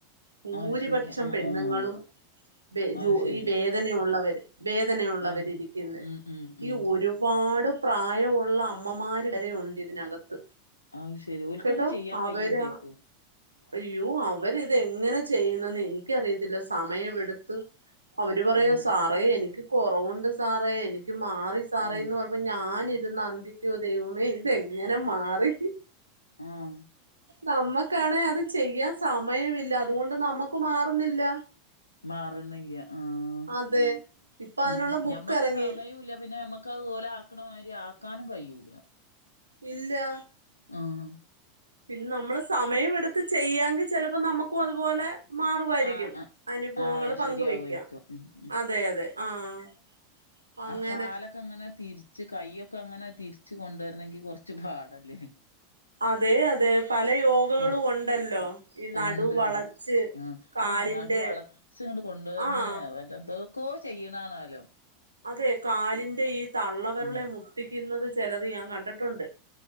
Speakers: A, on the right; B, on the left.
A: ഭൂരിപക്ഷം
B: അത് ശരി ആഹ്
A: പെണ്ണുങ്ങളും
B: ആഹ്
A: ജോ
B: അത് ശരി
A: ഈ വേദനയുള്ളവര് വേദനയ ഉുള്ളവരിരിക്കുന്നേ
B: അത് ഉം ഉം ഉം
A: ഈ ഒരു പാട് പ്രായമുള്ള അമ്മമാര് വരെഉണ്ട് ഇതിനകത്ത്
B: അയിശരി ഓൽക്കൊക്കെ
A: കേട്ടോ
B: ചെയ്യാൻ
A: അവരാ
B: കയ്യുണ്ടേരിക്കും
A: അയ്യോ അവരിതെങ്ങനെ ചെയ്യുന്നന്ന് എനിക്കറിയത്തില്ല സമയമെടുത്ത് അവര് പറയാ
B: ഉം
A: സാറേ എനിക്ക് കൊറവുണ്ട് സാറേ എനിക്ക് എനിക്ക് മാറി സാറേന്ന്
B: ഉം
A: പറയുമ്പോ ഞാനിരുന്ന അന്തിക്കാ ദൈവമേ ഇതെങ്ങനെ മാറി
B: ആഹ്
A: നമ്മക്കാണെ അത് ചെയ്യാം സമയമില്ല അതുകൊണ്ട് നമുക്ക് മാറുന്നില്ല
B: മാറണില്ല ആഹ്
A: അതെ ഇപ്പൊ അതിനുള്ള
B: ഉം
A: ബുക്ക്
B: ഞമ്മക്ക്
A: എറങ്ങി
B: സമയില്ല പിന്നെമ്മക്ക് ക്ക് അതുപോലെ ആക്കണമാതിരി ആക്കാനും കഴിയൂല
A: ഇല്ലാ
B: ആഹ്
A: പിന്നെ നമ്മള് സമയമെടുത്ത് ചെയ്യാങ്കി ചിലപ്പോ നമ്മുക്കും അതുപോലെ മാറുവായിരിക്കും
B: ആഹ് ആഹ്
A: അനുഭവങ്ങൾ
B: ആഹ്
A: പങ്ക്
B: ശരിയാവോയ്ക്കും
A: വെക്കാം
B: ഉം ഉം
A: അതെ അതെ ആഹ് അങ്ങനെ
B: കാലൊക്കെങ്ങനെ തിരിച്ച് കയ്യൊക്കെങ്ങനെ തിരിച്ച് കൊണ്ടുവരണങ്കി കുറച്ച് പാടല്ലേ
A: അതെ അതെ പല യോഗകളും
B: ഉം
A: ഉണ്ടല്ലോ ഈ നടു
B: ആഹ് ഉണ്ട്
A: വളച്ച്
B: ഇണ്ട് ആഹ്
A: കാലിന്റെ
B: ആ നടു വളച്ച് ഇങ്ങ്ട്ട് കൊണ്ടുവന്നെ
A: ആഹ്
B: എന്തൊക്കോ ചെയ്യണാണാലോ
A: അതെ കാലിന്റെ ഈ തള്ളവെരളെ
B: ഉം
A: മുട്ടിക്കുന്നത് ചിലത് ഞാൻ കണ്ടിട്ടുണ്ട്.